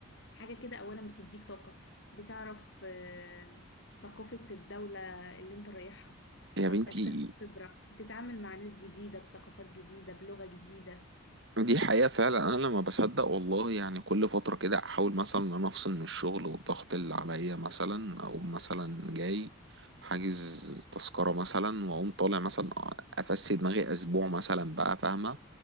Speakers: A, on the left; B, on the right.
A: حاجة كده أولا بتديك طاقة بتعرف آه، ثقافة الدولة اللي انت رايحها فبتكتسب
B: يا بنتي
A: خبرة بتتعامل مع ناس جديدة بثقافات جديدة بلغة جديدة
B: دي حقيقه فعلا انا لما بصدق والله يعني كل فتره كده احاول مثلا ان انا افصل من الشغل والضغط اللي عليا مثلا او مثلا جاي حاجز تذكره مثلا واقوم طالع مثلا افسي دماغي اسبوع مثلا بقى فاهمه